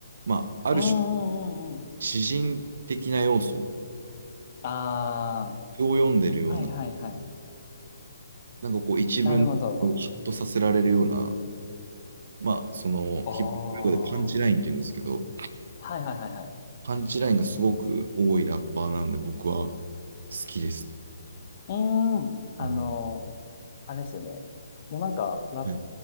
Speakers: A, on the right; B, on the left.
A: まあ、ある種、
B: うんうんうんうん。
A: 詩人的な要素
B: ああ、
A: を読んでるような、
B: はいはいはい。
A: なんかこう、一文をヒッとさせられるような、
B: なるほど。
A: まあ、その、
B: ああ、
A: ヒップホップ用語でパンチラインって言うんですけど、
B: はいはいはいはい。
A: パンチラインがすごく多いラッパーなので、僕は好きです。
B: うーん。あの、
A: うん。
B: あれですよね。もうなんか、ラップ、
A: はい。